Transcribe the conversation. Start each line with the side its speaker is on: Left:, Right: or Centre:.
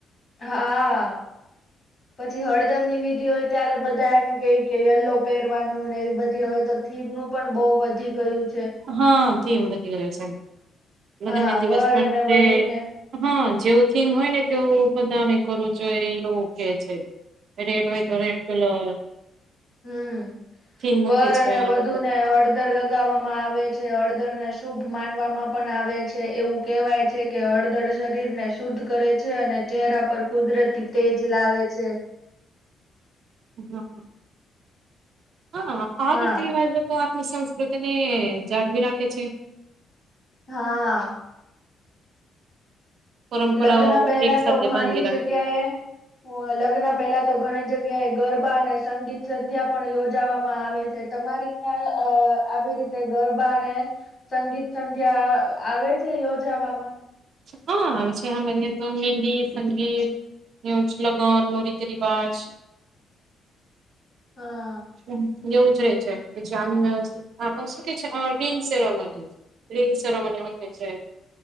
Left: હા પછી હળદર ની વિધિ હોય ત્યારે બધા એમ કે કે યલ્લો પહેરવાનું એવી બધી હોય તો થીમ નું પણ બહુ વધી ગયું છે,
Right: હા થીમ વધી ગયો છે લગ્ન
Left: હા
Right: ના દિવસ
Left: વર
Right: પણ
Left: અને
Right: જે
Left: વધુ ને
Right: હા જેવું થીંમ હોય ને તેવું બધાને કરું છો એવું કે છે, એ રેડ હોય તો એડ કલર
Left: હમ્મ
Right: થીમ મૂકે
Left: વર
Right: છે
Left: અને
Right: હવે
Left: વધુ
Right: તો
Left: ને હળદર લગ લગાવવામાં આવે છે, હળદર ને શુભ માનવામાં પણ આવે છે એવું કહેવાય છે કે હળદર શરીર ને શુદ્ધ કરે છે, અને ચહેરા પર કુદરતી તેજ લાવે છે,
Right: હા હ હા આ
Left: હા
Right: રીત રિવાજો તો આપણી સંસ્કૃતિ ને જાળવી રાખે છે,
Left: હા
Right: પરંપરાઓ
Left: લગ્ન પહેલા
Right: એક સાથે
Left: તો ઘણી
Right: બાંધી રાખે
Left: જગ્યાએ લગ્ન પહેલા તો ઘણી જગ્યાએ ગરબા અને સંગીત સંધ્યા પણ યોજાવામાં આવે છે, તમારી ત અ આવી રીતે ગરબાને સંગીત સંધ્યા આવે છે, યોજાવામાં
Right: હા આવે છે હલ્દી સંગીત ન્યુજ લગન રીતિ રિવાજ
Left: હા
Right: હમ્મ યુઝ રે છે કે જામીન આપ શું કે છે રીંગ સેવા છે, રિંગ સેરોમની રાખે છે,